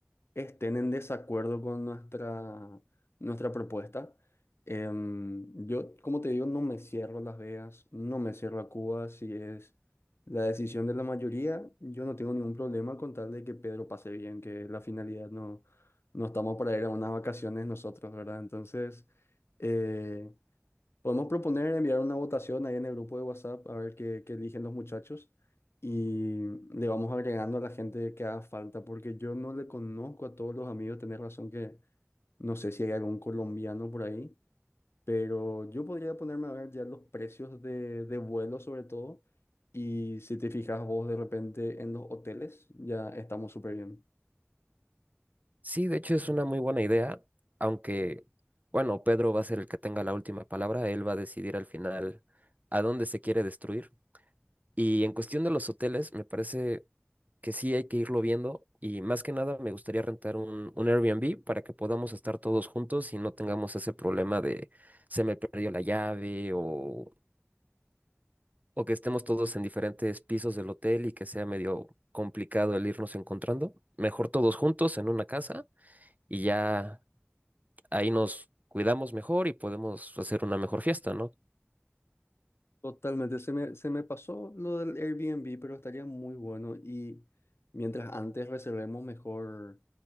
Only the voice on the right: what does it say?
Sí, de hecho es una muy buena idea, aunque, bueno, Pedro va a ser el que tenga la última palabra, él va a decidir al final a dónde se quiere destruir. Y en cuestión de los hoteles, me parece que sí hay que irlo viendo y más que nada me gustaría rentar un, un Airbnb para que podamos estar todos juntos y no tengamos ese problema de se me perdió la llave o o que estemos todos en diferentes pisos del hotel y que sea medio complicado el irnos encontrando. Mejor todos juntos en una casa y ya ahí nos cuidamos mejor y podemos hacer una mejor fiesta, ¿no?